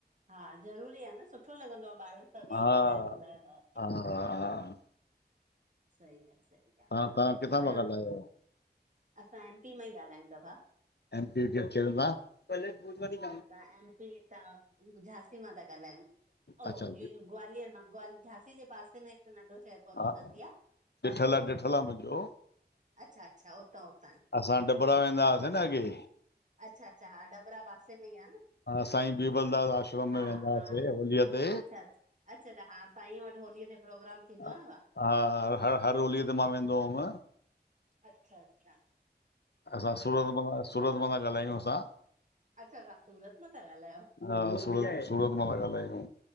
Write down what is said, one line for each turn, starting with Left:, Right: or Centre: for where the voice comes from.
Right: हा ज़रूरी आहे न सुठो लॻंदो आहे ॿारनि सां वेही
Left: हा हा
Right: ॻाल्हाए ॿोलाए।
Left: हा हा।
Right: सई आ, सई आ।
Left: तव्हां तव्हां
Right: ॿियो
Left: किथां
Right: घणा
Left: था ॻाल्हायो?
Right: असां एम पी मां ई ॻाल्हायूं था भाउ।
Left: M P wicket चिढ़दा। <unintelligible>
Right: असां एम पी हितां झांसी मां ता ॻाल्हायूं। ओ
Left: अच्छा
Right: जी ग्वालियर मां, ग्वा झांसी जे पासे में हिक नंढो शहर पवंदो
Left: हा
Right: आ दतिया।
Left: ॾिठल आ, ॾिठल आ, मुंजो।
Right: अच्छा अच्छा उतां उतां ई
Left: असां डबरा वेंदा हुआसीं न अॻे।
Right: अच्छा, अच्छा, हा डबरा पासे में ई आ न।
Left: साईं बीरबलदास आश्रम
Right: हा
Left: में वेंदा
Right: हा
Left: हुआसीं होलीअ
Right: अच्छा
Left: ते।
Right: अच्छा अच्छा अछ हा साईंअ वट होलीअ में प्रोग्राम थींदो
Left: हा,
Right: आ न उहा
Left: हर हर होलीअ ते मां वेंदो हुम।
Right: अच्छा अच्छा,
Left: असां सूरत
Right: हा
Left: मां सूरत मां ता ॻाल्हायूं असां।
Right: अच्छा, तव्हां सूरत मां ता ॻाल्हायो।
Left: हा, सूरत सूरत मां ता ॻाल्हायूं।